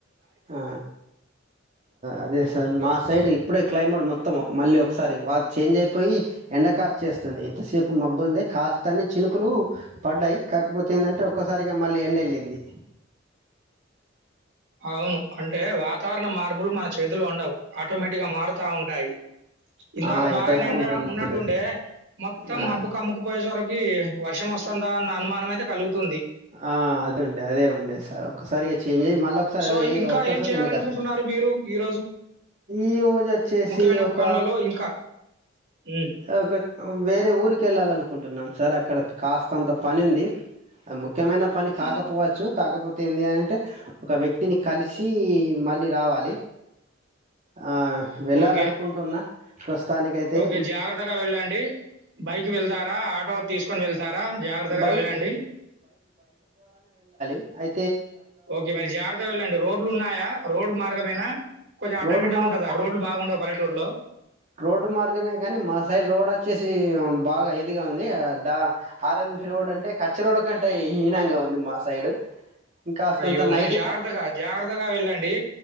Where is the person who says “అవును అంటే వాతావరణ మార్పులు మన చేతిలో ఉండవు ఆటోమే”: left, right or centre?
Right